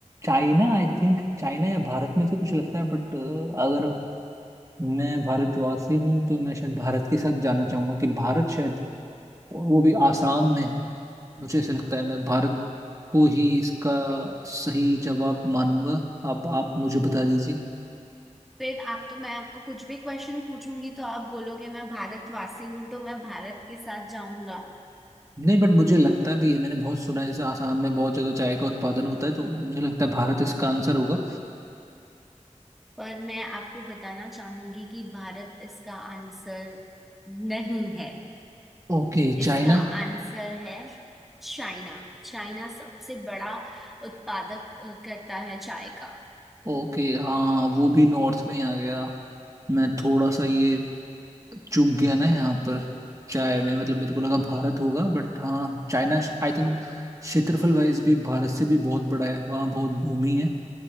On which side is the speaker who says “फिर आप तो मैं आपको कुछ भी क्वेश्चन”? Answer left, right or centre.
Centre